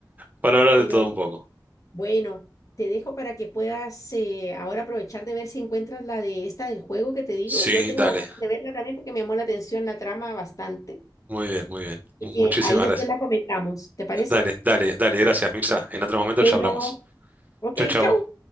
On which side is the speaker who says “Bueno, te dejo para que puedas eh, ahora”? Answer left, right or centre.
Left